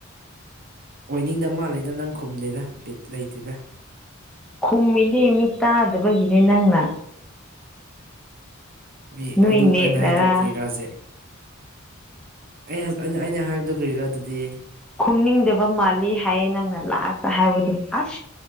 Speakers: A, on the right; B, in the centre.
A: ꯑꯣꯏꯅꯤꯡꯗꯕ ꯃꯥꯜꯂꯤꯗ ꯅꯪ ꯈꯨꯝꯗꯦꯗ ꯕꯤꯠ ꯂꯩꯇꯦꯗ
B: ꯈꯨꯝꯃꯤꯅꯦ ꯃꯤ ꯇꯥꯗꯕꯒꯤꯅꯦ ꯅꯪꯅ
A: ꯃꯤ
B: ꯅꯣꯏ
A: ꯑꯗꯨ
B: ꯅꯦꯠꯅꯔꯥ
A: ꯑꯩꯅ ꯍꯥꯏꯗꯣ ꯀꯔꯤꯔ ꯍꯧꯖꯤꯛ ꯑꯩ ꯑꯩꯅ ꯑꯩꯅ ꯍꯥꯏꯕꯗꯨ ꯀꯔꯤꯔ ꯑꯗꯨꯗꯤ
B: ꯈꯨꯝꯅꯤꯡꯗꯕ ꯃꯥꯜꯂꯤ ꯍꯥꯏꯌꯦ ꯅꯪꯅ ꯂꯥꯁꯇ ꯍꯥꯏꯕꯗ ꯑꯁ